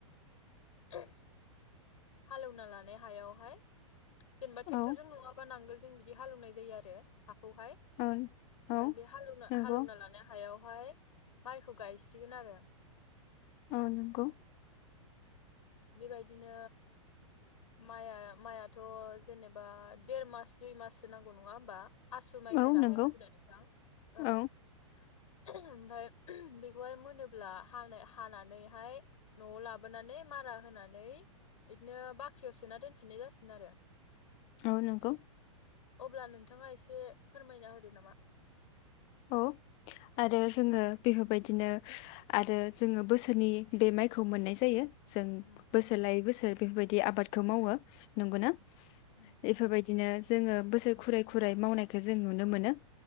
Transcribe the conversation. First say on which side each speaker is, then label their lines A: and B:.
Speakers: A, on the left; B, on the left.
A: <unintelligible> हालेवना लानाय हायावहाय जेनबा ट्रेक्टरजों
B: औ
A: नङाबा नांगोल जों बिदि हालेवनाय जायो आरो खौहाय ओमफ्राय
B: औ
A: बे हालेवना
B: औ नंगौ
A: हालेवना लानाय हायाव हाय माइखौ गायसिगोन आरो <inaudible>
B: औ नंगौ
A: बेबायदिनो माइआ माइआथ' जेनेबा देर मास दुइ माससो नांगौ नङा ओमबा आसु माइफोराहाय
B: औ नंगौ
A: मोनदों नोंथां ओं
B: औ
A: ओमफ्राय बेखौहाय मोनोब्ला हानानैहाय न'आव लाबोनानै मारा होनानै बिदिनो बाख्रियाव सोना दोनफिननाय जासिगोन आरो
B: औ नंगौ
A: अब्ला नोंथाङा एसे फोरमायना होदो नामा
B: औ आरो जोङो बेफोरबायदिनो आरो जोङो बोसोरनि बे माइखौ मोननाय जायो। जों
A: उम
B: बोसोर लायो बोसोर बेफोरबायदि आबादखौ मावो नंगौना
A: उम उम
B: बेफोरबायदि बिदिनो जोङो बोसोर खुरै खुरै मावनायखो जों नुनो मोनो।